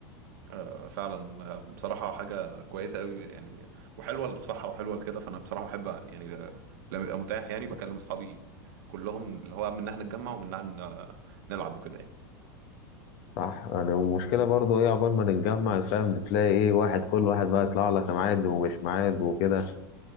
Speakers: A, on the right (about 65°); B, on the left (about 55°).
A: آه، فعلا آه، بصراحه حاجه كويسه قوي يعني وحلوه للصحه وحلوه لكده فانا بصراحه بحب يعني ل- لما يبقى متاح يعني بكلم اصحابي كلهم اللي هو منها نتجمع ومنها ن- نلعب وكده يعني
B: صح يعني المشكلة برضو ايه عقبال ما نتجمع فاهم بتلاقي ايه واحد كل واحد بقى يطلع لك ميعاد ومش ميعاد وكده